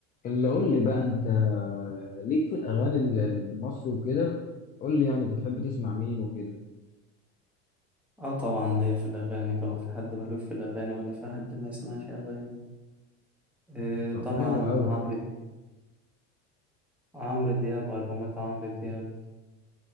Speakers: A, on the left; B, in the centre.
A: اللي قول لي بقى انت ليك في الاغاني ال- المصري وكده قول لي يعني بتحب تسمع مين وكده
B: اه طبعا ليا في الاغاني هو في حد مالوش في الاغاني ولا في حد ما يسمعش اغاني آه
A: طب
B: طبعا
A: حلو قوي
B: عمرو دياب عمرو دياب والبومات عمرو دياب